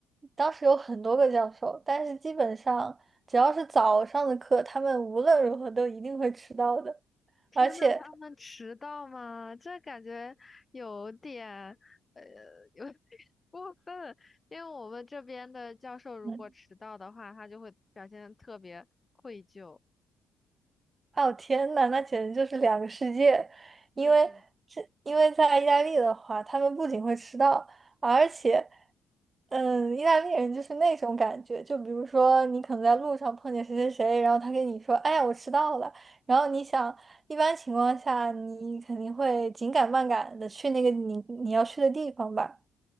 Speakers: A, on the right (about 35°); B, on the left (about 25°).
A: 当时有很多个教授，但是基本上只要是早上的课，他们无论如何都一定会迟到的，
B: 天呐，
A: 而且，
B: 他们迟到吗？这感觉有点，呃，有点 <laughs> 过分。因为我们这边的教授如果迟到的话，
A: 嗯，
B: 他就会表现得特别愧疚。
A: 哦，天呐，那简直就是两个世界，因为这因为在意大利的话，
B: 对的。
A: 他们不仅会迟到，而且，嗯，意大利人就是那种感觉，就比如说你可能在路上碰见谁谁谁，然后他跟你说，哎呀，我迟到了，然后你想，一般情况下你肯定会紧赶慢赶的去那个你你要去的地方吧。